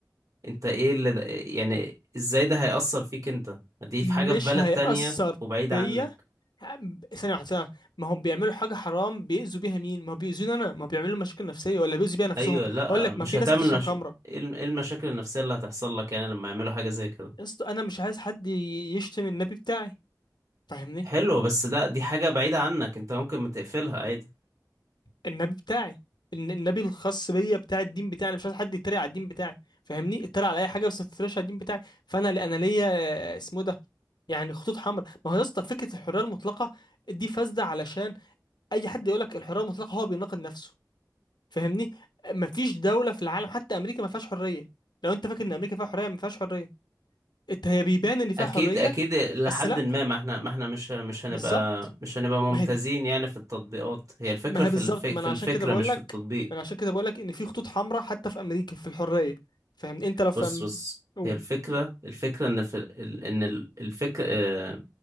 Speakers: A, on the right (about 50°); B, on the left (about 85°).
A: انت ايه اللي ده يعني ازاي ده هيأثر فيك انت دي
B: مش
A: في حاجة في بلد
B: هيأثر
A: تانية وبعيدة
B: فيا
A: عنك
B: ه- ثانية واحدة ثانية واحدة. ما هم بيعملوا حاجة حرام بيأذوا بيها مين؟ ما هو بيأذوني أنا ما هو بيعملوا مشاكل نفسية ولا بيأذوا بيها نفسهم
A: ايوه لا
B: أقول لك
A: مش
B: ما في
A: هتعمل
B: ناس بتشرب
A: مش...
B: خمرة
A: ايه الم- إيه المشاكل النفسية اللي هتحصل لك يعني لما يعملوا حاجة زي كده
B: يا اسطى أنا مش عايز حد ي- يشتم النبي بتاعي فاهمني؟
A: حلو بس ده دي حاجة بعيدة عنك انت ممكن ما تقفلها عادي
B: النبي بتاعي الن- النبي الخاص بيا بتاع الدين بتاعي أنا مش عايز حد يتريق على الدين بتاعي فاهمني؟ اتريق على أي حاجة بس ما تتريقش على الدين بتاعي فأنا أنا ليا آه، اسمه إيه ده يعني خطوط حمراء ما هو يا اسطى فكرة الحرية المطلقة دي فاسدة علشان أي حد يقول لك الحرية المطلقة هو بيناقض نفسه فاهمني مفيش دولة في العالم حتى أمريكا ما فيهاش حرية لو أنت فاكر إن أمريكا فيها حرية ما فيهاش حرية أنت هي بيبان إن فيها
A: اكيد
B: حرية
A: اكيد لحد
B: بس لأ
A: ما ما احنا ما احنا مش مش هنبقى
B: بالظبط
A: مش هنبقى ممتازين
B: ما هي
A: يعني في التطبيقات هي الفكرة
B: ما
A: في
B: هي بالظبط
A: الف... في
B: ما أنا
A: الفكرة
B: عشان كده بقول
A: مش في
B: لك
A: التطبيق
B: ما أنا عشان كده بقول لك إن في خطوط حمراء حتى في أمريكا في الحرية فاهمني أنت لو في
A: بص
B: أم...
A: بص
B: أوه.
A: هي الفكرة الفكرة إن في ال- إن ال- الفكرة آه،